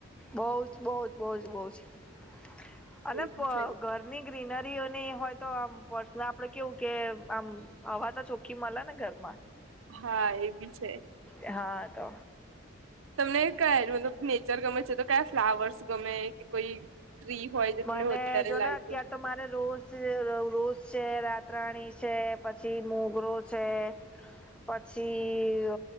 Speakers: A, in the centre; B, on the right.
A: બઉ જ બઉ જ બહુ જ બહુ જ અને
B: એ બી
A: પ
B: છે
A: ઘર ની ગ્રીનરીઓની હોય તો આમ પર્સનલ આપડે કેવું કે આમ હવા તો છો કી મલે ને ઘરરમાં
B: હા એ બી છે
A: હા તો
B: તમને કયા મતલબ નેચર ગમે છે તો કયા ફ્લાવર્સ ગમે કે કોઈ ફ્રી હોય જે
A: મને
B: તમને વધારે
A: જો
B: લાવ
A: ને અત્યાર
B: છે
A: તો મારે રોજ રોજ છે રાત્ત્રણી છે પછી મોગરો છે પછી